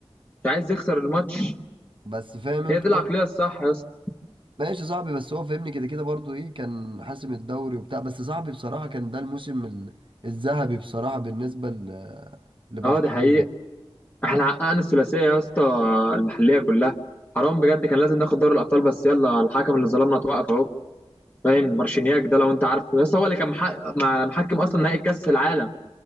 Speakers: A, on the left; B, on the right.
A: مش عايز يخسر الماتش
B: بس فاهم انت
A: هي دي
B: برضه
A: العقليه الصح يا اسطى
B: ماشي صاحبي بس هو فاهمني كده كده برضه ايه كان حاسم الدوري وبتاع بس صاحبي بصراحة كان ده الموسم ال- الذهبي بصراحة بالنسبة ل- لبرشلونة
A: اه ده حقيقي احنا حققنا الثلاثيه يا اسطى المحليه كلها حرام بجد كان لازم ناخد دوري الابطال بس يلا الحكم اللي ظلمنا اتوقف اهو باين مارشينياك ده لو انت عارفه يس هو اللي كان محقق مع- محكم اصلا نهائي كاس العالم